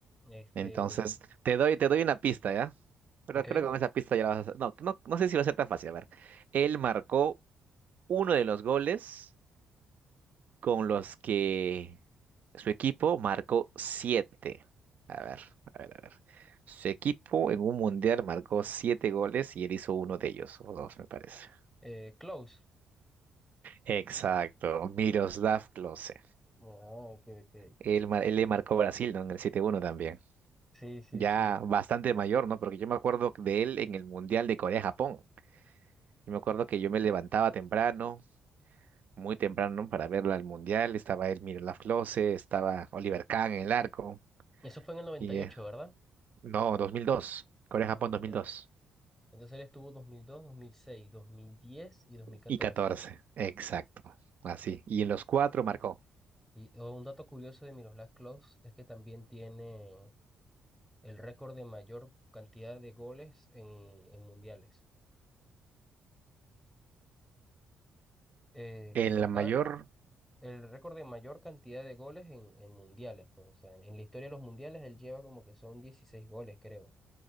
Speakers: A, in the centre; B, on the right.
A: Este,
B: Entonces, te doy, te doy una pista, ¿ya? Pero
A: ok.
B: creo que con esa pista ya la vas a... No, no, no sé si va a ser tan fácil. A ver, él marcó uno de los goles con los que su equipo marcó siete. A ver, a ver, a ver. Su equipo en un mundial marcó siete goles y él hizo uno de ellos, o dos, me parece.
A: Eh, close.
B: Exacto, Miroslav Klose.
A: Ah, ok, ok.
B: Él, mar- él le marcó a Brasil, ¿no? En el 7-1 también.
A: Sí, sí,
B: Ya
A: sí.
B: bastante mayor, ¿no? Porque yo me acuerdo de él en el Mundial de Corea-Japón. Yo me acuerdo que yo me levantaba temprano, muy temprano, para verlo al Mundial. Estaba él, Miroslav Klose, estaba Oliver Kahn en el arco.
A: Eso fue en el noventa
B: Y
A: y
B: eh,
A: ocho, ¿verdad?
B: No, 2002. Corea-Japón
A: dos mil
B: 2002.
A: dos, Entonces él estuvo dos mil dos, dos mil mil seis, dos mil diez y 2014.
B: Y 14. Exacto. Así.
A: Eh,
B: Y en los cuatro marcó.
A: Y oh, un dato curioso de Miroslav Klose es que también tiene el récord de mayor cantidad de goles en, en mundiales. Eh,
B: El
A: que en total,
B: mayor.
A: el récord de mayor cantidad de goles en, en mundiales. pues, o sea, en, en la historia de los mundiales él lleva como que son 16 goles, creo.